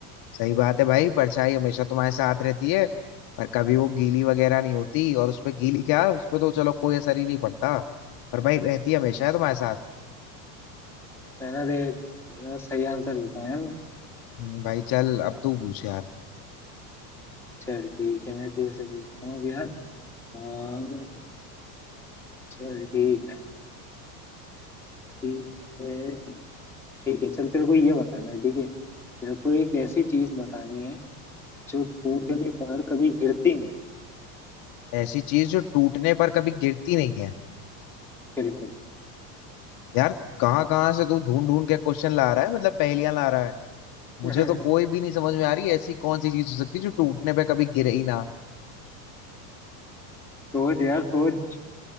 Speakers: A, on the left; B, in the centre.
A: सही बात है भाई परछाई हमेशा तुम्हारे साथ रहती है पर कभी वो गीली वगैरह नहीं होती और उस पे गीली क्या उस पे तो चलो कोई असर ही नहीं पड़ता पर भाई रहती हमेशा है तुम्हारे साथ
B: मैंने देख मैंने सही आंसर देता हूँ यार मैं
A: हम्म, भाई चल अब तू पूछ यार
B: चल ठीक है मैं तेरे से पूछता हूँ अब यार अम, चल ठीक है ठीक है ठीक है चल तेरे को ये बताना है ठीक है तेरे को एक ऐसी चीज बतानी है जो टूटने पर कभी गिरती नहीं है
A: ऐसी चीज जो टूटने पर कभी गिरती नहीं है
B: बिल्कुल
A: यार कहाँ कहाँ से तू ढूंढ ढूंढ के क्वेश्चन ला रहा है मतलब पहेलियां ला रहा है मुझे
B: <laughs>
A: तो कोई भी नहीं समझ में आ रही ऐसी कौन सी चीज हो सकती है जो टूटने पर कभी गिरे ही ना
B: सोच यार सोच